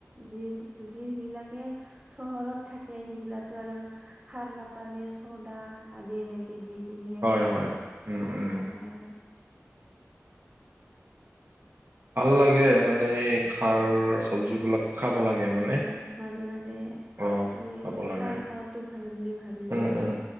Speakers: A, on the right; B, on the right.
A: যি য বিলাকে চহৰত থাকি। কে, সেইবিলো আৰু খাৰ নাপালে চদা আদি এনেকে দি- কিনি হে
B: হয়
A: খোৱা,
B: হয় উম
A: দেখা
B: উম
A: যায় আৰু।
B: ভাল লাগে মানে খাৰ চবজিবিলাক খাব লাগে। মানে
A: হয় মাজে মাজে।
B: অ
A: আমি
B: খাব লাগে
A: খাৰ খোৱাাতো ভাল বুলি ভাবিলো
B: উম
A: আৰু
B: উম